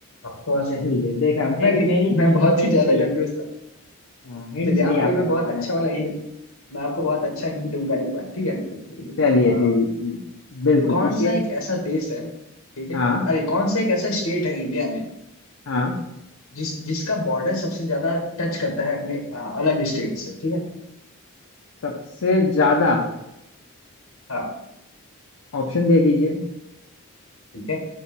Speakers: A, on the left; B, on the left.
A: Of course
B: चलिए देखा मेरी
A: मैं
B: मेरी
A: मैं
B: मैंने
A: बहुत
B: हिंट
A: ही ज्यादा
B: से ही
A: कंफ्यूज था
B: हाँ हिंट
A: चलिए
B: से
A: आपको
B: ही आप
A: ये मैं
B: पकड़
A: बहुत
B: पाए
A: अच्छा वाला हिंट मैं आपको बहुत अच्छा हिंट दूंगा एक बार ठीक है
B: चलिए
A: आ,
B: जी जी बिल्कुल
A: कौन
B: पूछिए
A: सा एक ऐसा देश है ठीक है
B: हाँ
A: अरे कौन सा एक ऐसा स्टेट है इंडिया में
B: हाँ
A: जिस जिसका बॉर्डर सबसे ज्यादा टच करता है अपने अ, अलग स्टेट से ठीक है
B: सबसे ज्यादा
A: हाँ
B: ऑप्शन दे दीजिए
A: ठीक है